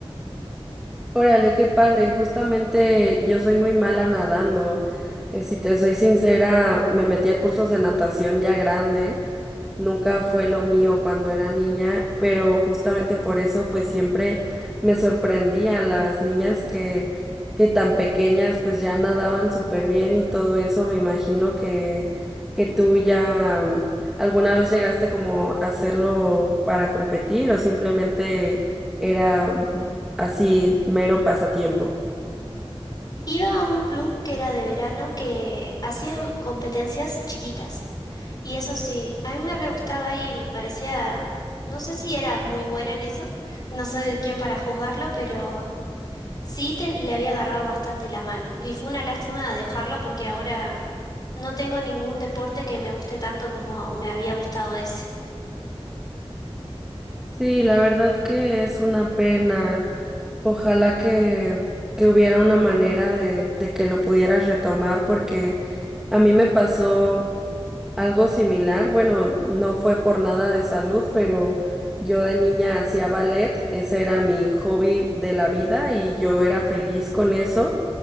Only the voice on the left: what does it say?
Iba a un club que era de verano que hacían competencias chiquitas. Y eso sí, a mí me re gustaba y me parecía, no sé si era muy buena en eso, no soy quien para juzgarlo, pero sí te- le había agarrado bastante la mano. Y fue una lástima dejarlo porque ahora no tengo ningún deporte que me guste tanto como me había gustado ese.